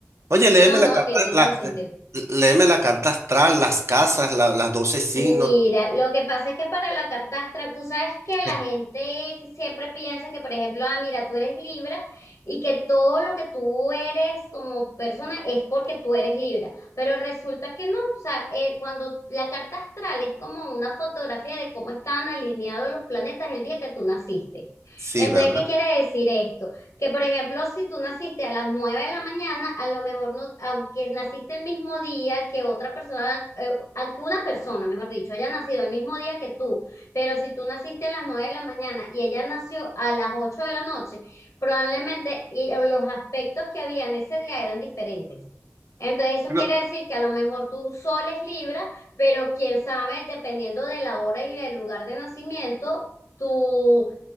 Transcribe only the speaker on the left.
No,
no,
tiene
todo sentido.
Mira, lo que pasa es que para la carta astral, tú sabes que
la gente que siempre piensa que, por ejemplo, ah, mira, tú eres Libra y que todo lo que tú eres como persona es porque tú eres Libra, pero resulta que no, o sea, eh, cuando la carta astral es como una fotografía de cómo estaban alineados los planetas el día que tú naciste.
Entonces,
¿qué quiere decir esto? Que por ejemplo, si tú naciste a las 9 de la mañana, a lo mejor no, aunque naciste el mismo día que otra persona, eh, aunque una persona, mejor dicho, haya nacido el mismo día que tú, pero si tú naciste a las 9 de la mañana y ella nació a las 8 de la noche, probablemente eh, los aspectos que había en ese día eran diferentes. Entonces eso
quiere decir que a lo mejor tu sol es Libra, pero quién sabe, dependiendo de la hora y del lugar de nacimiento, tu